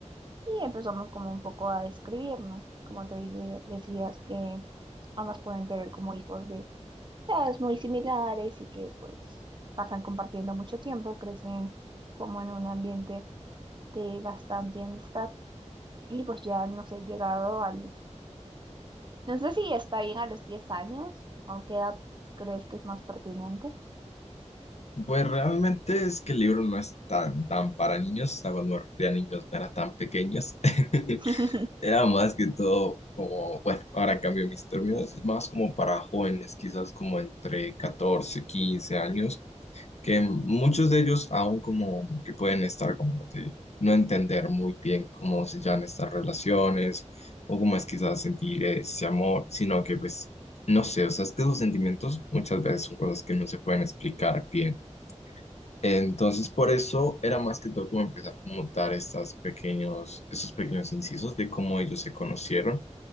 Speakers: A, on the right (about 40°); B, on the left (about 65°).
A: Y empezamos como un poco a describirnos, como te dije- decías que ambas pueden tener como hijos de edades muy similares y que pues pasan compartiendo mucho tiempo, crecen como en un ambiente de bastante amistad y pues ya no sé, llegado al, no sé si está bien a los 10 años, ¿a qué edad crees que es más pertinente?
B: Pues realmente es que el libro no es tan, tan para niños, a cuando me refería a niños no era tan pequeños. <laughs>
A: <laughs>
B: Era más que todo como, bueno, ahora cambio mis términos, es más como para jóvenes, quizás como entre 14 15 años que muchos de ellos aún como que pueden estar como de no entender muy bien cómo se llaman estas relaciones o cómo es quizás sentir ese amor, sino que pues no sé, o sea, es que esos sentimientos muchas veces son cosas que no se pueden explicar bien. Entonces, por eso era más que todo como empezar como dar estas pequeños, esos pequeños incisos de cómo ellos se conocieron